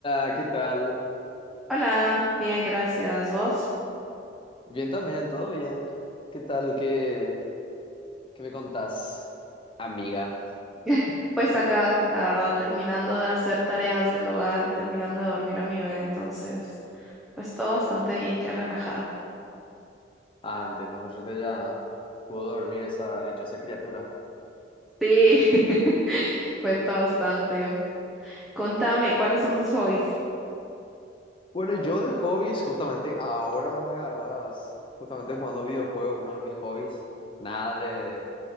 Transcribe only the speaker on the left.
Hola, ¿qué tal?
Bien también, todo bien. ¿Qué tal? ¿Qué, qué me contás, amiga?
Ah, entiendo, por suerte ya pudo dormir esa dichosa criatura.
Bueno, yo de hobbies, justamente ahora me agarras, justamente jugando videojuegos, uno de mis hobbies. Nada de,